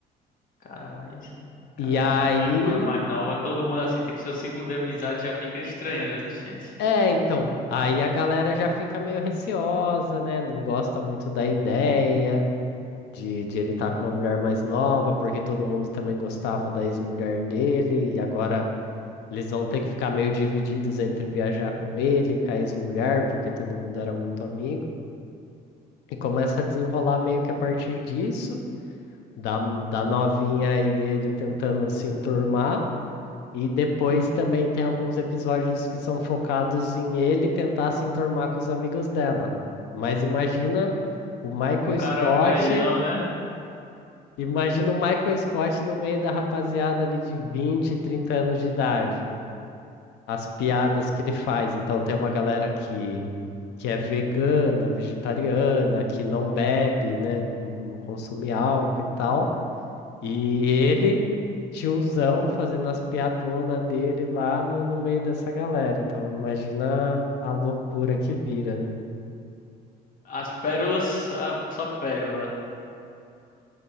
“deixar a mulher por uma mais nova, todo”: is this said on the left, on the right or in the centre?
Left